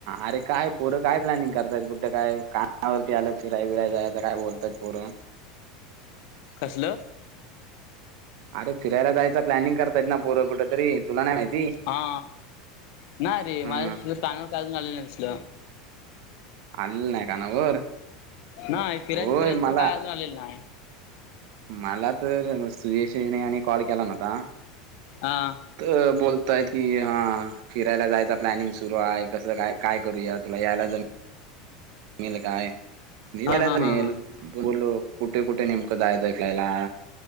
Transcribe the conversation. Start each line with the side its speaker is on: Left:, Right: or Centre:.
Right: अरे काय परं काय प्लॅनिंग करताय बुठं काय कामावरती आलग फिराय फिराय जायच काय बोलत. तत्पूर्व
Left: कसलं?
Right: अरे फिरायला जायचं प्लॅनिंग करतात ना पोर कुठेतरी तुला नाही माहित.
Left: हा नाही रे
Right: हा.
Left: माझ्या पानावर कालून आलेलं असल.
Right: आलेलं नाही कानावर
Left: नाही फिरायचे
Right: होय
Left: फिरायचे
Right: मला
Left: तर काय अजून आलेले नाही.
Right: मला तर सुयेशने यांनी कॉल केला नव्हता.
Left: हा.
Right: अ बोलतायत की हा. फिरायला जायचा प्लॅनिंग सुरू आहे कसं काय काय करूया तुला यायला. मेल कायवला
Left: हा हा हा हा
Right: बोलू कुठे कुठे नेमकं जाय दखलायला